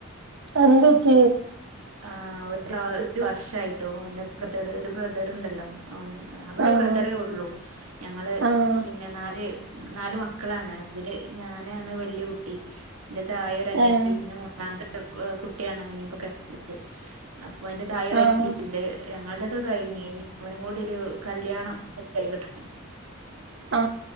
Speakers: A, on the right; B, on the right.
A: അന്ത്ട്ട
B: ആ് ഒരു ഒരു വർഷയിട്ടോ എന്റെ ബ്രദർ ഒരു ബ്രദറുണ്ടല്ലോ ആന്നെ അത ഒരു
A: ആഹ്
B: ബ്രദറേ ഉള്ളൂ ഞങ്ങൾ
A: ആഹ്
B: നാല് നാല് മക്കളാണ് അതില് ഞാനാണ് വലിയ കുട്ടി എ്റത്ത് ആായ ഒര അനിയത്തി
A: ഏഹ്
B: പിന്നെ മൂന്നാമത്തെ കുട്ടിയാണ് ഇനിയിപ്പോ കഴുന്നത് എന്റെ തായര്യണ്ട്
A: ആഹ്
B: ഞങ്ങളതൊക്കെകയ്ഞ് ഇനിപ്പൊ ഇവനുംകൂടിയൊരു കല്യാണം സെറ്റായി കിട്ടണം.
A: ആ...